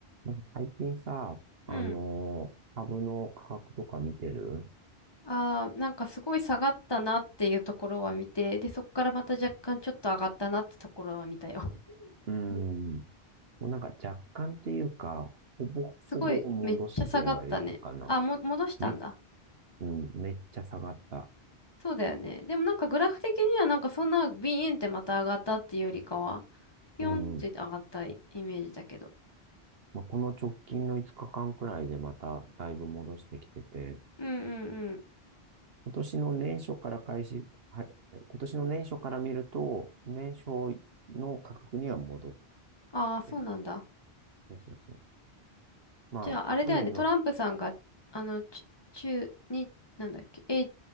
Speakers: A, on the right; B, on the left.
A: なんか最近さ、
B: うん。
A: あのー株の価格とか見てる
B: ああ、なんかすごい下がったなっていうところは見て、で、そこからまた若干ちょっと上がったなってところは見たよ。
A: うーん。
B: <laughs>
A: もうなんか若干っていうか、ほぼほぼ戻してはいるかな。
B: すごい、めっちゃ下がったね。あ、も、戻したんだ。
A: め、うん、めっちゃ下がった。
B: そうだよね。でもなんかグラフ的にはなんかそんなビーンってまた上がったっていうよりかは、ピョンって上がったイメージだけど。
A: うん。まあ、この直近の5日間くらいでまただいぶ戻してきてて、
B: うんうんうん。
A: 今年の年初から開始、は、今年の年初から見ると、年初の価格には戻っ
B: ああ、そうなんだ。
A: てる。そうそうそう。まあ、
B: じゃあ、あれだよね。
A: 去年の、
B: トランプさんが、あの、ち中に、なんだっけ、え、ん